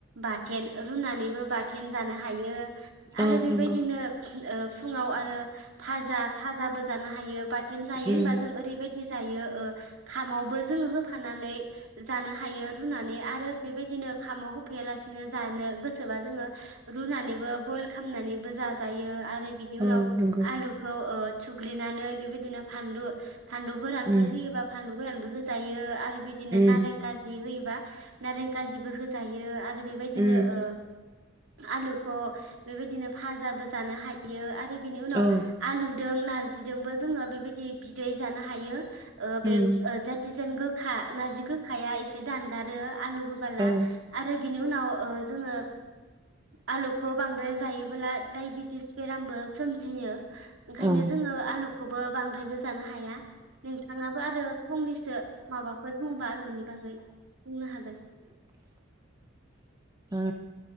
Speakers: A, on the right (about 75°); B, on the right (about 20°).
A: बाथोन रुनानैबो बाथोन जानो हायो
B: औ
A: आरो बेबायदिनो
B: नंगौ
A: ओ फुङाव आरो फाजा फाजाबो जानो हायो बा दिनो जायो होनबा
B: उम
A: जों ओरैबायदि जायो ओ। खामावबो जोङो होफानानै जानो हायो रुनानै आरो बेबायदिनो खामाव होफैयालासिनो जानो गोसोबा जोङो रुनानैबो बयल खालामनानैबो जाजायो आरो आरो बिनि उनाव
B: औ नंगौ
A: आलुखौ ओ थुग्लिनानै बेबायदिनो फानलु फानलु गोरानफोर
B: उम
A: होयोबा फानलु गोरानबो होजायो आरो बिदिनो
B: उम
A: नारें काजि होयोबा नारें काजिबो होजायो आरो बेबायदिनो
B: उम
A: ओ आलुखौ बेबायदिनो फाजाबो जानो हायो आरो बिनि उनाव
B: औ
A: आलु नारजिदोंबो जोङो बेबायदि बिदि बिदै जानो हायो ओ बे
B: उम
A: जाथिजेन गोखा नारजि गोखाया एसे एसे दानगारो आलु होबोला
B: औ
A: आरो बिनि उनाव जोङो आलुखौ बांद्राय जायोबोब्ला डाइबेटिस बेरामबो सोमजियो ओंखायनो
B: औ
A: जोङो आलुखौबो बांद्रायबो जानो हाया नोंथाङाबो आरो फंनैसो माबाफोर बुंबा आलुनि बागै बुंनो हागोन
B: ओ